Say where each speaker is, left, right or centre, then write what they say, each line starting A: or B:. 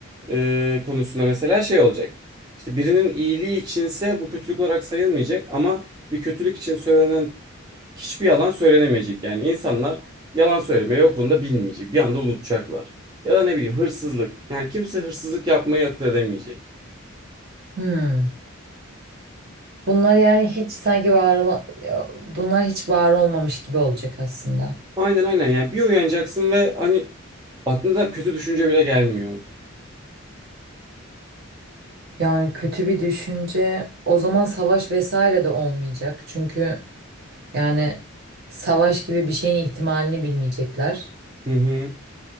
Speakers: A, on the right; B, on the right.
A: e, konusunda mesela şey olacak. İşte birinin iyiliği içinse bu kötülük olarak sayılmayacak ama bir kötülük için söylenen hiçbir yalan söylenemeyecek. Yani insanlar yalan söylemeyi o konuda bilmeyecek. Bir anda unutacaklar. Ya da ne bileyim hırsızlık. Yani kimse hırsızlık yapmayı akıl edemeyecek.
B: Hmm. Bunlar yani hiç sanki var olan, ya, bunlar hiç var olmamış gibi olacak aslında.
A: Aynen aynen yani bir uyanacaksın ve hani aklına kötü düşünce bile gelmiyor.
B: Yani kötü bir düşünce o zaman savaş vesaire de olmayacak. Çünkü Yani savaş gibi bir şeyin ihtimalini bilmeyecekler.
A: Hı hı.